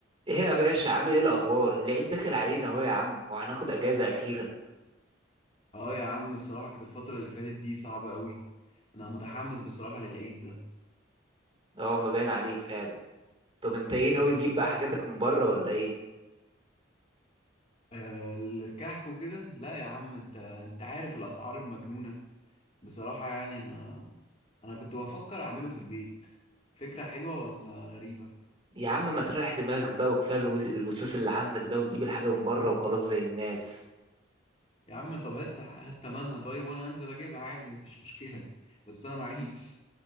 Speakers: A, on the right; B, on the left.
A: ايه يا باشا عامل ايه الاخبار العيد داخل علينا اهو يا عم وهناخد اجازه اخيرا
B: اه يا عم بصراحة كانت الفترة اللي فاتت دي صعبة قوي انا متحمس بصراحة للعيد ده
A: اه ما باين عليك فعلا طب انت ايه
B: <laughs>
A: ناوي تجيب بقى حاجاتك من بره ولا ايه
B: آه، الكحك وكده لا يا عم انت انت عارف الاسعار المجنونة بصراحة يعني انا انا كنت بفكر اعمله في البيت فكرة حلوة ولا غريبة
A: يا عم ما تريح دماغك بقى وكفايه الوز- الوسوس اللي عندك ده وتجيب الحاجه من بره وخلاص زي الناس
B: يا عم طب هات هات تمنها طيب وانا هنزل اجيبها عادي مفيش مشكلة <laughs> بس انا معيش